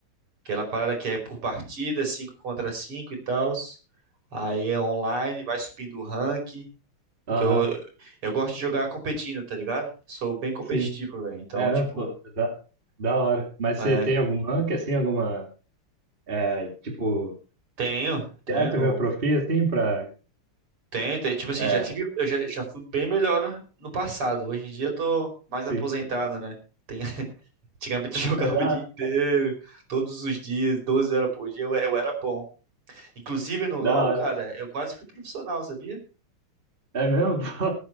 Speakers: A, on the right; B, on the right.
A: Aquela parada que é por partida, 5 contra 5 e tal. Aí é online, vai subindo o rank.
B: aham,
A: Que eu, eu gosto de jogar competindo, tá ligado? Sou bem competitivo,
B: sim.
A: velho. Então,
B: É,
A: tipo,
B: não, pô, da, da hora. Mas
A: é,
B: você tem algum rank, assim, alguma, é, tipo,
A: tenho, tenho,
B: certa
A: no,
B: homeopatia, assim, pra,
A: tenho, tenho. Tipo assim,
B: é,
A: já tive, eu já, já fui bem melhor no passado. Hoje em dia eu tô mais
B: sim.
A: aposentado, né? Tem- <laughs> antigamente eu jogava
B: Mas da,
A: o dia inteiro, todos os dias, 12 horas por dia, eu, eu era bom. Inclusive no
B: da
A: LoL,
B: hora.
A: cara, eu quase fui profissional, sabia?
B: É mesmo? <laughs> Pô,